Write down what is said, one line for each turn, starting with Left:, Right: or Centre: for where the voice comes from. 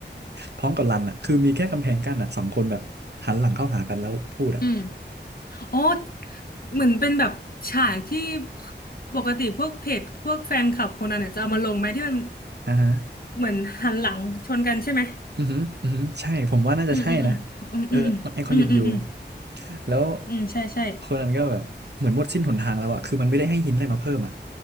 Right: พร้อมกับรันอ่ะคือมีแค่กำแพงกั้นอ่ะสองคนแบบหันหลังเข้าหากันแล้วพูดอ่ะ
Left: อืมอ๋อเหมือนเป็นแบบฉากที่ปกติพวกเพจพวกแฟนคลับคนนั้นเนี่ยจะเอามาลงไหมที่มัน
Right: อ่าฮะ
Left: เหมือนหันหลังชนกันใช่ไหม
Right: อือหืออือหือใช่ผมว่าน่าจะใช่นะ
Left: อืมอืมอืมอืมอืมอืมอืมอืม
Right: เออมันไอคอนิกอยู่แล้ว
Left: อืมใช่ใช่
Right: คนนั้นก็แบบเหมือนหมดสิ้นหนทางแล้วอะคือมันไม่ได้ให้หินอะไรมาเพิ่มอะ